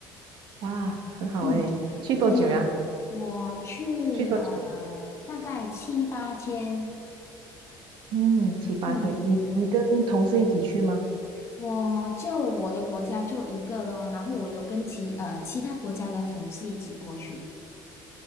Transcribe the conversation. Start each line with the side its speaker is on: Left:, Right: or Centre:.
Right: 哇，很好诶，
Left: 嗯，
Right: 去多久呀？
Left: 对呀，我去呃大概七八天，
Right: 去多久？嗯，七八天。
Left: 嗯，
Right: 你你跟同事一起去吗？
Left: 我就我的国家就一个咯，然后我有跟其呃其他国家的同事一起过去，